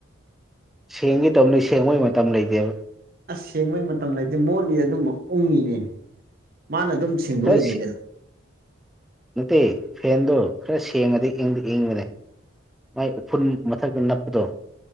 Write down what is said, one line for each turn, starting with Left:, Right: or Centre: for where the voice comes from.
Centre: ꯁꯦꯡꯒꯦ ꯇꯧꯕꯅꯤ ꯁꯦꯡꯕꯒꯤ ꯃꯇꯝ ꯂꯩꯇꯦꯕ
Right: ꯑꯁ ꯁꯦꯡꯕꯩ ꯃꯇꯝ ꯂꯩꯇꯦ ꯃꯣꯠꯂꯤ ꯑꯗꯨꯝ ꯎꯡꯉꯤꯅꯦ ꯃꯥꯅ ꯑꯗꯨꯝ ꯁꯦꯡꯗꯣꯛꯏꯅꯤ
Centre: ꯈꯔ
Right: ꯀꯩꯅꯣ
Centre: ꯅꯠꯇꯦ ꯐꯦꯟꯗꯣ ꯈꯔ ꯁꯦꯡꯉꯗꯤ ꯏꯪꯗꯤ ꯏꯪꯕꯅꯦ ꯃꯥꯏ ꯎꯐꯨꯟ ꯃꯊꯛꯇ ꯅꯞꯄꯗꯣ